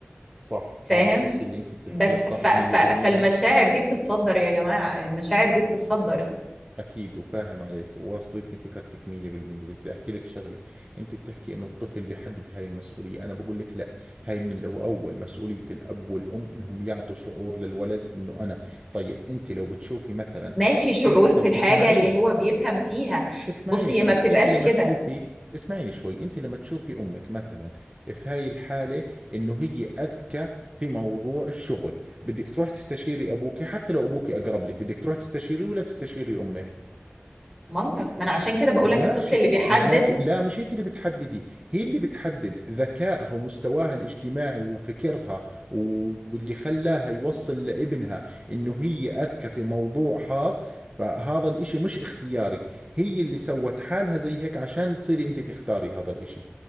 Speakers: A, on the right; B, in the centre.
A: صح
B: فاهم
A: هذا الشيء اللي أنت بتحكيه
B: بس
A: صح
B: ف ف
A: 100%
B: فالمشاعر دي بتتصدر يا جماعة المشاعر دي بتتصدر
A: اكيد وفاهم عليك وواصلتني فكرتك 100% بس بدي احكي لك شغله انت بتحكي انه الطفل بيحدد هاي المسؤوليه انا بقول لك لا هاي من الاول مسؤوليه الاب والام انهم يعطوا شعور للولد انه انا طيب انت لو بتشوفي مثلا
B: ماشي شعور
A: ام طب
B: في الحاجة
A: اسمعيني
B: اللي هو بيفهم فيها
A: اسمعيني
B: بصي
A: شوي
B: هي ما بتبقاش
A: انت لما
B: كده
A: تشوفي اسمعيني شوي انت لما تشوفي امك مثلا في هاي الحاله انه هي اذكى في موضوع الشغل بدك تروح تستشيري ابوك حتى لو ابوك اقرب لك بدك تروح تستشيري ولا تستشيري امك
B: منطق ما انا عشان كده بقول
A: طب
B: لك
A: ماشي
B: الطفل اللي بيحدد
A: معناته لا مش انت اللي بتحددي هي اللي بتحدد ذكائها ومستواها الاجتماعي وفكرها و- واللي خلاها يوصل لابنها انه هي اذكى في موضوع هذا فهذا الاشي مش اختياري هي اللي سوت حالها زي هيك عشان تصيري انت تختاري هذا الاشي